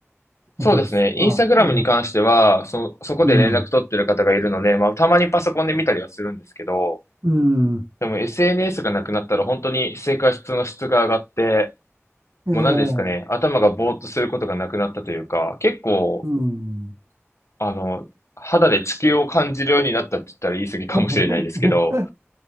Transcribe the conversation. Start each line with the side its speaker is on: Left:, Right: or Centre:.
Right: ことですあ、
Left: そうですね。Instagram
Right: ええ。
Left: に関しては、そ、そこで連絡取ってる方がいるので、
Right: うん。
Left: まあ、たまにパソコンで見たりはするんですけど、
Right: うん。
Left: でも SNS がなくなったら本当に生活の質が上がって、
Right: ええ。
Left: もう何ですかね、頭がぼーっとすることがなくなったというか、結構
Right: うん。
Left: あの、肌で地球を感じるようになったって言ったら言い過ぎかもしれないですけど、
Right: <laughs>